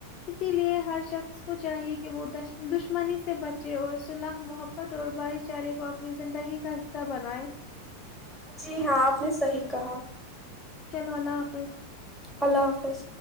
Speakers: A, on the left (about 30°); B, in the centre.
A: اسی لیے ہر شخص کو چاہیے کہ وہ دشمنی سے بچے اور صلح محبت اور بھائی چارے کو اپنی زندگی کا حصہ بنائیں
B: جی ہاں آپ نے صحیح کہا
A: چلو اللہ حافظ
B: اللہ حافظ